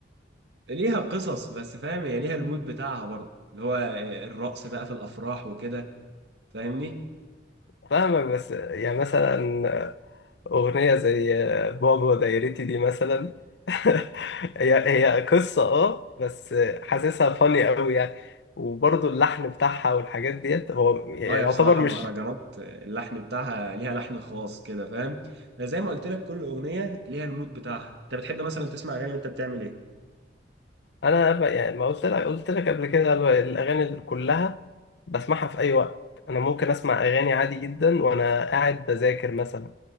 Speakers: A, on the right; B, on the left.
A: ليها قصص بس فاهم هي ليها المود بتاعها برضه اللي هو الرقص بقى في الأفراح وكده فاهمني؟
B: فاهمك بس يعني مثلا أغنية زي بابا دايرتي دي مثلا <laughs> هي هي قصة اه بس حاسسها فاني قوي يعني وبرضه اللحن بتاعها والحاجات ديت هو يعتبر
A: اه يا بصراحة
B: مش
A: المهرجانات اللحن بتاعها ليها لحن خاص كده فاهم زي ما قلت لك كل أغنية ليها المود بتاعها انت بتحب مثلا تسمع أغاني وانت بتعمل ايه
B: أنا ب- يعني ما قلت لك قلت لك قبل كده ب- الأغاني اللي كلها بسمعها في أي وقت أنا ممكن أسمع أغاني عادي جدا وأنا قاعد بذاكر مثلا